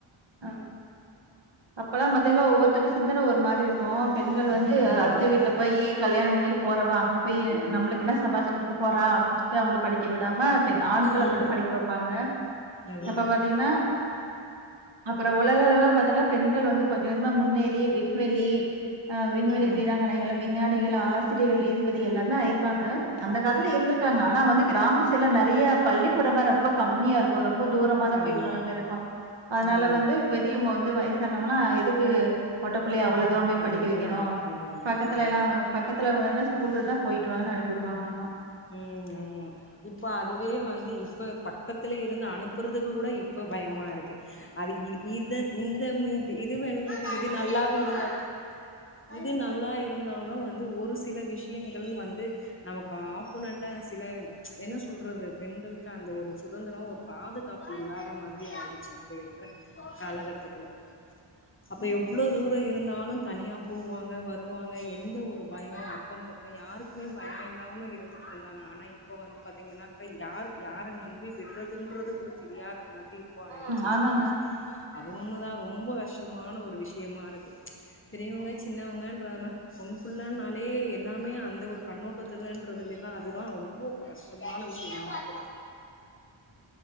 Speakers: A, on the right; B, on the left.
A: அஹ் அப்பெல்லாம் பாத்தீங்கன்னா ஒவ்வொருத்தரட சிந்தன ஒரு மாரி இருக்கு பெண்கள் வந்து
B: ம்
A: அடுத்த வீட்டுல போயி கல்யாணம் பண்ணிட்டு போறவா அங்க போய் நம்மளுக்கு என்ன சம்பாரிச்சு குடுக்க போறா அப்படின்னு சொல்லிட்டு அவங்கள படிக்க விடாம ப ஆண்கள
B: ம்
A: மட்டும் படிக்க வைப்பாங்க
B: அதா
A: அப்ப பாத்தீங்கன்னா அப்புறம் உலக அளவுல பாத்தீங்கன்னா பெண்கள் வந்து கொஞ்ச முன்னேறி விண்வெளி ஆ விண்வெளி
B: ம்
A: வீராங்கனைகள் விஞ்ஞானிகள் ஆசிரியிகள் நீதிபதி எல்லாமே ஆயிருக்காங்க அந்த காலத்துல இருந்திருக்காங்க ஆனா வந்து கிராம சைட்லா நெறைய பள்ளிக்கூடலா ரொம்ப கம்மியா இருக்கு ரொம் ரொம்ப தூரமா தா போயிட்டு
B: ஆமா
A: வர மாரிக்கு அதனால
B: ஆமா
A: வந்து பெரியவங்க வந்து வயசானவங்களா எதுக் ஏ ஒட்டப் பிள்ளைய அவ்ளோ தூரம்
B: அவ்ளோ
A: படிக்க வைக்கணு
B: தூரோ அனுப்பணு
A: பக்கத்துல
B: ஆமா
A: எல்லா பக்கத்துல வேணா ஊடுஊடா போயிட்டு வானு அனுப்பி விடுவாங்களாமா
B: உம் ஆமா இப்ப அதுவே வந்து இப்ப பக்கத்துல இருந்து அனுப்புறதுக்கு கூட இப்ப பயமா இருக்கு அத இத இந்த இதுன் இது இது நல்லாவு இருந்தா இது நல்லா இருந்தாலு வந்து ஒரு சில விஷயங்கள் வந்து நமக்கு ஆப் புனன்டா சில என்ன சொல்றது பெண்களுக்கு அந்த ஒரு சுதந்திரம் ஒரு பாதுகாப்பு இல்லாத மாதிரி ஆயிடுச்சு இப்ப இரு கிற காலகட்டத்துல அப்ப எவ்வளவு தூரோ இருந்தாலு தனியா போவாங்க வருவாங்க எந்த ஒரு பயோ அக்க பக்கம் யாருக்குமே பயோ இல்லாம இருந் இருந்தாங்க ஆனா இப்ப வந்து பாத்தீங்கன்னாகா யார் யார நம்பி விட்றங்குது கூட தெரியாத மாதிரி இப்போ ஆயிடுச்சு
A: ம். ஆமாங்க.
B: சுச்சுவேசன் அது ஒண்ணுதா ரொம்ப கஷ்டமான ஒரு விஷயமா இருக்கு பெரியவங்க சின்னவங்கன்றனா பொண் புள்ளனாலே எல்லாமே அந்த ஒரு கண்ணோட்டத்துலன்றது அதுதா ரொம்ப இப்ப கஷ்டமான விஷயமா இருக்கு